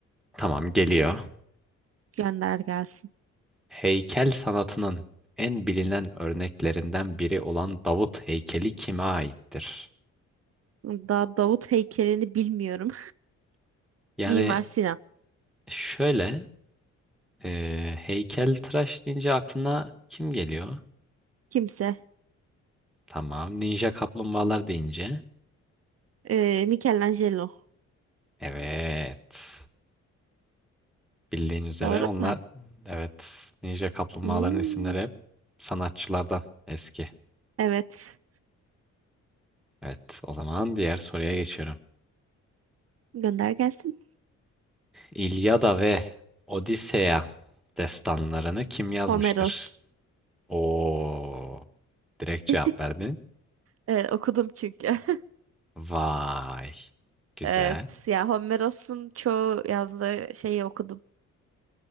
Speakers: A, in the centre; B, on the right (about 50°).
A: Tamam geliyor.
B: Gönder gelsin.
A: Heykel sanatının en bilinen örneklerinden biri olan Davut heykeli kime aittir?
B: Daha Davut heykelini bilmiyorum.
A: Yani
B: <laughs> Mimar Sinan.
A: şöyle e, heykeltıraş deyince aklına kim geliyor?
B: Kimse.
A: Tamam. Ninja kaplumbağalar deyince.
B: E, Michelangelo.
A: Evet. Bildiğin üzere
B: Doğru
A: onlar
B: mu?
A: evet ninja kaplumbağaların
B: Hmm,
A: isimleri hep sanatçılardan eski.
B: evet.
A: Evet o zaman diğer soruya geçiyorum.
B: Gönder gelsin.
A: İlyada ve Odiseya destanlarını kim yazmıştır?
B: Homeros.
A: Oo. Direkt cevap
B: <laughs>
A: verdin.
B: Evet, okudum çünkü. <laughs>
A: Vay. Güzel.
B: Evet. Ya Homeros'un çoğu yazdığı şeyi okudum.